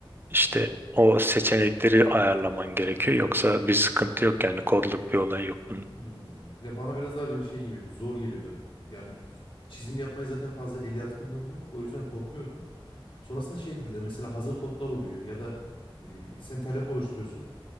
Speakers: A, on the right; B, on the left.
A: işte o seçenekleri ayarlaman gerekiyor. Yoksa bir sıkıntı yok yani kodluk bir olay yok bunun.
B: Hmm. Ya bana biraz daha böyle şey geliyordu. Zor geliyordu. Yani çizim yapmaya zaten fazla el yatkınlığım yok. O yüzden korkuyordum. Sonrasında şey dediler mesela hazır kodlar oluyor ya da e, sen talep oluşturuyorsun.